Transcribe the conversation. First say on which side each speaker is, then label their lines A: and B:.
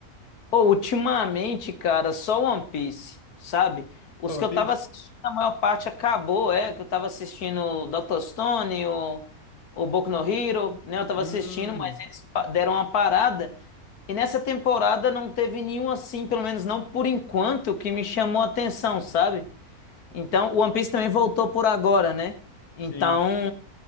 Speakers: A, on the left (about 85°); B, on the left (about 25°).
A: Pô, ultimamente, cara, só One Piece, sabe? Os
B: Só
A: que
B: One
A: eu
B: Piece?
A: tava assistindo, a maior parte acabou, é, que eu tava assistindo o Dr. Stone, o, o Boku no Hero, né? Eu tava
B: Hum,
A: assistindo, mas eles pa- deram uma parada. E nessa temporada não teve nenhum assim, pelo menos não por enquanto, que me chamou a atenção, sabe? Então, o One Piece também voltou por agora, né? Então,
B: sim.